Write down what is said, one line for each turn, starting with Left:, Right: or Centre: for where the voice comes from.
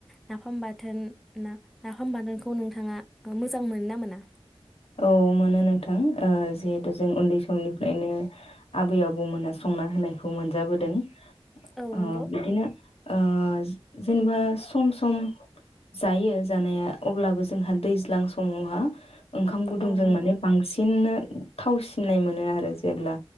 Centre: नाफाम बाथोन ना नाफाम बानाखौ खौ नोंथाङा मोजां मोनो ना मोना?
Left: औ मोनो नोंथां ओ जिहेथु जों उन्दै समनिफ्रायनो आबै आबौमोनहा संना होनायखौ मोनजाबोदों।
Centre: औ
Left: अ
Centre: नंगौ
Left: बिदिनो ओ जेनेबा सम-सम जायो जानाया अब्लाबो जोंहा दैज्लां समावहा ओंखाम गुदुंजों
Centre: औ नंगौ
Left: माने बांसिनानो थाव सिननाय मोनो आरो जेब्ला